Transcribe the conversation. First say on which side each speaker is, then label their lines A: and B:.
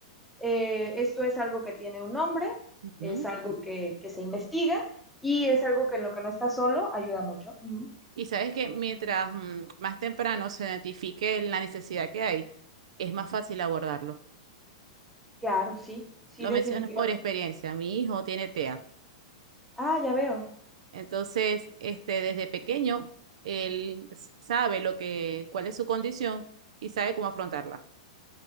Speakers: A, in the centre; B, on the right.
A: eh, esto es algo que tiene un nombre,
B: Ujú.
A: es algo que, que se investiga y es algo que en lo que no está solo ayuda mucho. Ujú.
B: Y sabes que mientras mm, más temprano se identifique la necesidad que hay, es más fácil abordarlo.
A: Claro, sí, sí,
B: Lo
A: definitivamente.
B: menciono por experiencia. Mi hijo tiene TEA.
A: Ah, ya veo.
B: Entonces, este, desde pequeño, él s- sabe lo que, cuál es su condición y sabe cómo afrontarla.